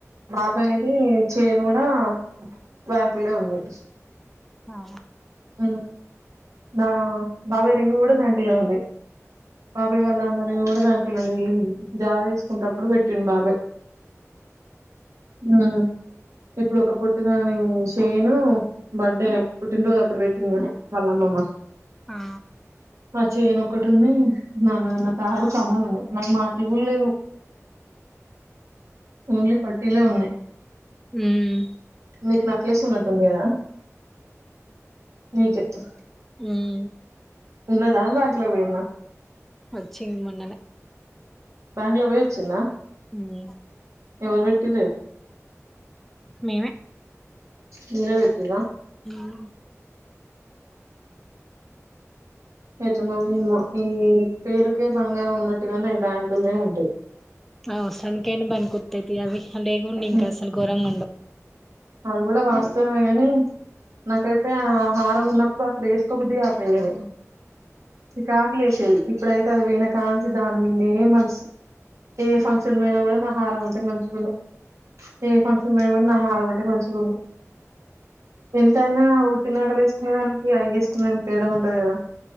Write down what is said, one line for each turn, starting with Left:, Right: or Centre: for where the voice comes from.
Right: బాబాయది చేన్ కూడా బ్యాంకుల్నే ఉంది
Centre: అవున్నా
Right: ఆ నా బాబాయ్ రింగ కూడా బ్యాంకుల్నే ఉంది బాబాయ్ వాళ్ళ అన్నది కూడా బ్యాంకుల్నే ఉంది ఇది జాగా తీసుకుంటప్పుడు పెట్టిండు బాబయ్ మ్మ్ ఇప్పుడు ఒకప్పు పొట్టి దాని శైను బర్డే పుట్టినరోజు అప్పు ఇప్పుడు పెట్టిందా వాళ్ళ అమ్మమ్మ
Centre: ఆ
Right: ఆ చేయన్ ఒకటి ఉంది నా నా నా తాడు కమ్మలు ఉన్నాయి నాకు మాటిలు కూడ లేవు ఓన్లీ పట్టీలే ఉన్నాయి
Centre: మ్మ్
Right: మీకు నక్లేస్ ఉన్నట్టుంది కదా మీక్ ఎత్తు
Centre: మ్మ్
Right: ఉన్నదా బ్యాంక్లోకి పోయింద
Centre: అచ్చింది మొన్ననే
Right: బ్యాంక్ లకి పోయ్ వచ్చిందా
Centre: మ్మ్
Right: ఎవరు పెట్టిర్రే
Centre: మేమే
Right: మీరే వెట్టిర్రా
Centre: మ్మ్
Right: ఎట్టనో ఏమో ఈ పేరుకే బంగారం ఉన్నట్టుగాని అవి బ్యాంకుల్లోనే ఉంటాయి
Centre: అవ్ అవసరనికైనా బనికొత్తయ్ తియ్ అవి లేగుండె ఇంక
Right: ఉం.
Centre: అసలు గోరంగ్
Right: అది గుడా వాస్తవమే గని నాకైతే ఆ హారం ఉన్నప్పుడు అసలు ఏస్ కబడ్డీ ఆట లేదు చికాక్ లేసింది ఇప్పుడైతే అది పొయ్న కాంచి దాని మిన్నె మనసు ఏ ఫంక్షన్ పొయ్నా గుడా నా హారం ఉంటె మంచిగున్ను ఏ ఫంక్స్ మరి మన్ నా హారం ఉంటె మంచిగున్ను ఎంతైనా ఉట్టి నగలేసుకునే దానికి అయ్ గీసుకునేదానికి తేడా ఉంటది కదా